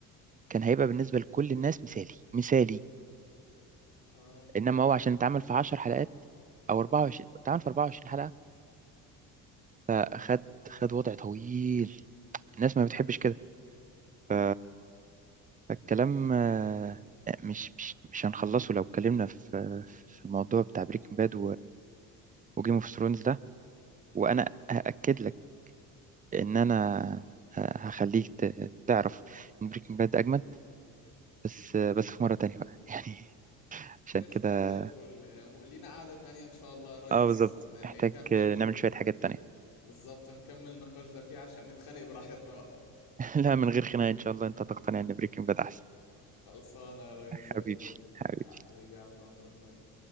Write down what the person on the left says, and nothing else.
تمام
ايوه فاهم.
قشطه
زي الفل يعني لينا قعده تانية ان شاء الله يا ريس
ن-
نكمل
بالظبط نكمل النقاش ده فيها عشان نتخانق براحتنا بقى
<laughs> خلصانه يا ريس زي
الفل
حبيبي يا عم عبد الرحمن